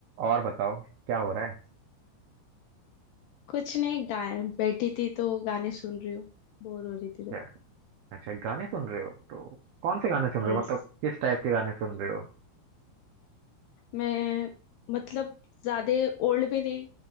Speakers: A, on the right; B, on the left.
A: और बताओ क्या हो रहा है
B: कुछ नहीं गाय बैठी थी तो गाने सुन रही हूँ बोर हो रही थी तो
A: क्या अच्छा गाने सुन रहे हो तो कौन से गाने सुन रहे
B: यस
A: हो मतलब किस टाइप के गाने सुन रहे हो
B: मैं मतलब ज्यादा ओल्ड भी नहीं